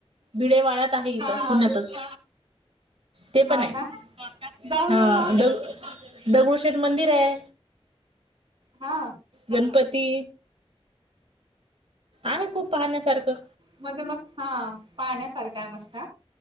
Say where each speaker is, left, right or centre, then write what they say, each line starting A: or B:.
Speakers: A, on the right; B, on the right.
A: बिडे वाड्यात आहे इथं
B: हा हा
A: पुण्यातच ते पण
B: हो
A: आहे
B: का? जाऊन
A: हा
B: येऊ मग.
A: द दगडूशेठ मंदिर आहे
B: हा
A: गणपती. आहे खूप पाहण्यासारखं.
B: म्हणजे म हा पाहण्यासारखा आहे मस्त